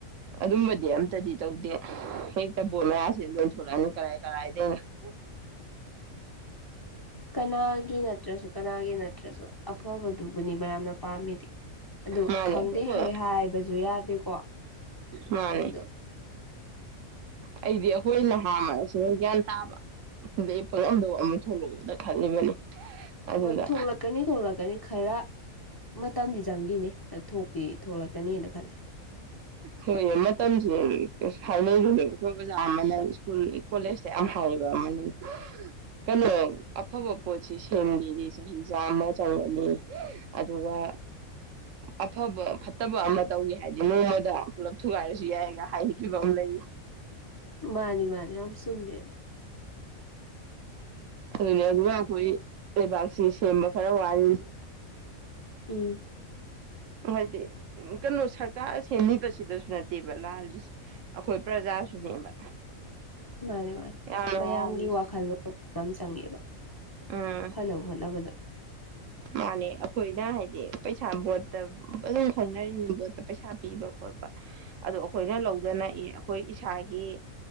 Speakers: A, on the right; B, on the left.
A: ꯑꯗꯨꯝꯕꯗꯤ ꯑꯝꯇꯗꯤ ꯇꯧꯗꯦ ꯍ <unintelligible>
B: ꯎꯝ
A: ꯗ <unintelligible>
B: ꯀꯅꯥꯒꯤ ꯅꯠꯇ꯭ꯔꯁꯨ ꯀꯅꯥꯒꯤ ꯅꯠꯇ꯭ꯔꯁꯨ ꯑꯐꯕꯗꯨꯕꯨꯅꯤ ꯃꯌꯥꯝꯅ ꯄꯥꯝꯃꯤꯗꯤ ꯑꯗꯨ
A: ꯃꯥꯅꯦ
B: ꯈꯪꯗꯦ
A: ꯑꯐꯕ
B: ꯍꯣꯏ ꯍꯥꯏꯕꯁꯨ ꯌꯥꯗꯦꯀꯣ
A: ꯃꯥꯅꯦ
B: ꯑꯗꯣ
A: ꯑꯩꯗꯤ ꯑꯩꯈꯣꯏ ꯅꯍꯥ ꯃꯔꯁꯤꯅ ꯒ꯭ꯌꯥꯟ ꯇꯥꯕ ꯑꯗꯩ ꯄꯪꯂꯝꯗꯕ ꯑꯃ ꯊꯣꯛꯂꯛꯎꯗ ꯈꯜꯂꯤꯕꯅꯤ ꯑꯗꯨꯗ
B: ꯑꯣ ꯊꯣꯛꯂꯛꯀꯅꯤ ꯊꯣꯛꯂꯛꯀꯅꯤ ꯈ ꯈꯔ ꯃꯇꯝꯗꯤ ꯆꯪꯈꯤꯅꯦ ꯊꯣꯛꯇꯤ ꯊꯣꯛꯂꯛꯀꯅꯤꯅ ꯈꯂꯦ
A: ꯍꯣꯏ ꯃꯇꯝꯁꯦ ꯍꯥꯏꯅꯔꯤꯅꯦ ꯑꯩꯈꯣꯏ ꯑꯣꯖꯥ ꯑꯃꯅ ꯁ꯭ꯀꯨꯜ ꯀꯣꯂꯦꯖꯇ ꯌꯥꯝ ꯍꯥꯏꯌꯦꯕ ꯑꯃꯅ ꯀꯩꯅꯣ ꯑꯐꯕ ꯄꯣꯠꯁꯤ ꯁꯦꯝꯒꯦꯗꯤ ꯆꯍꯤ ꯆꯥꯃ ꯆꯪꯒꯅꯤ ꯑꯗꯨꯒ ꯑꯐꯕ ꯐꯠꯇꯕ ꯑꯃ ꯇꯧꯋ ꯍꯥꯏꯗꯤ ꯅꯣꯡꯃꯗ ꯄꯨꯂꯞ ꯊꯨꯒꯥꯏꯔꯁꯨ ꯌꯥꯏꯒ ꯍꯥꯏ ꯈꯤꯕ ꯑꯃ ꯂꯩ
B: ꯃꯥꯅꯤ ꯃꯥꯅꯤ ꯌꯥꯝ ꯆꯨꯝꯃꯦ ꯑꯗꯨ
A: ꯑꯗꯨꯅꯤ ꯑꯗꯨꯅ ꯑꯩꯈꯣꯏ ꯂꯩꯕꯥꯛꯁꯤ ꯁꯦꯝꯕ ꯈꯔ ꯋꯥꯔꯤ
B: ꯎꯝ
A: ꯍꯥꯏꯗꯤ ꯀꯩꯅꯣ ꯁꯔꯀꯥꯔ ꯁꯦꯝꯃꯤꯕꯁꯤꯗꯁꯨ ꯅꯠꯇꯦꯕ ꯂꯥꯜꯂꯤꯁꯦ ꯑꯩꯈꯣꯏ ꯄ꯭ꯔꯖꯥꯁꯨꯅꯦꯕ
B: ꯃꯥꯅꯤ ꯃꯥꯅꯤ
A: ꯌꯥꯝꯅ
B: ꯃꯌꯥꯝꯒꯤ
A: ꯂꯥꯜꯂꯤꯁꯦ
B: ꯋꯥꯈꯜꯂꯣꯟ ꯌꯥꯝ ꯆꯪꯉꯦꯕ
A: ꯎꯝ
B: ꯐꯥꯅꯕ ꯍꯣꯠꯅꯕꯗ
A: ꯃꯥꯅꯦ ꯑꯩꯈꯣꯏꯅ ꯍꯥꯏꯗꯤ ꯄꯩꯁꯥ ꯕꯣꯠꯇ ꯑꯗꯨ ꯑꯗꯨꯝ ꯈꯪꯅꯔꯤꯅꯤ ꯕꯣꯠꯇ ꯄꯩꯁꯥ ꯄꯤꯕ ꯈꯣꯠꯄ ꯑꯗꯣ ꯑꯩꯈꯣꯏꯅ ꯂꯧꯗꯅ ꯏ ꯑꯩꯈꯣꯏ ꯏꯁꯥꯒꯤ